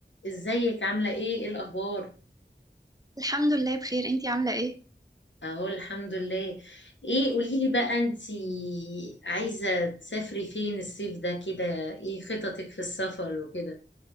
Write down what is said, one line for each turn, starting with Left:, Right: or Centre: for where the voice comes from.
Left: ازيك عاملة ايه ايه الأخبار
Right: الحمد لله بخير انتي عاملة ايه؟
Left: اهو الحمد لله ايه قوليلي بقى انتي عايزة تسافري فين الصيف ده كده ايه خططك في السفر وكده